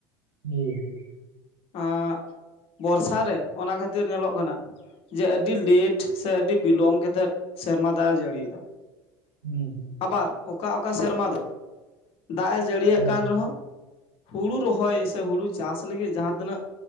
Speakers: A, on the right; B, on the left.
A: ᱦᱮᱸ ᱦᱮᱸ
B: ᱟᱜ ᱵᱚᱨᱥᱟ ᱨᱮ ᱚᱱᱟ ᱠᱷᱟᱹᱛᱤᱨ ᱧᱮᱞᱚᱜ ᱠᱟᱱᱟ ᱡᱮ ᱟᱹᱰᱤ ᱞᱮᱴ ᱥᱮ ᱟᱹᱰᱤ ᱵᱤᱞᱚᱢ ᱠᱟᱛᱮᱜ ᱥᱮᱨᱢᱟ ᱫᱟᱜ ᱮ ᱡᱟᱹᱲᱤᱭᱮᱫᱟ
A: ᱦᱮᱸ ᱦᱩᱸ
B: ᱟᱵᱟᱨ ᱚᱠᱟ ᱚᱠᱟ ᱥᱮᱨᱢᱟ ᱫᱚ ᱫᱟᱜᱼᱮ ᱡᱟᱹᱲᱤᱭᱟᱜ
A: ᱦᱩᱸ
B: ᱠᱟᱱ ᱨᱮᱦᱚᱸ ᱦᱩᱲᱩ ᱨᱚᱦᱚᱭ ᱥᱮ ᱦᱩᱲᱩ ᱪᱟᱥ ᱞᱟᱹᱜᱤᱫ ᱡᱟᱦᱟᱸ ᱡᱟᱦᱟᱸ ᱛᱤᱱᱟᱹᱜ